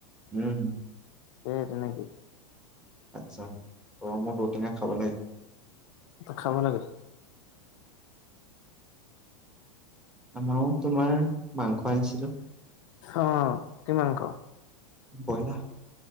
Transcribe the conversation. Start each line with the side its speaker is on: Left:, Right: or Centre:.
Centre: উম।
Left: সেই তেনেকে
Centre: আচ্ছা গৰমত ঔ টেঙা খাব লাগে।
Left: খাব লাগে।
Centre: আমাৰও তোমাৰ মাংস আনিছিলো।
Left: অ কিমান খাওঁ
Centre: ব্ৰইলাৰ।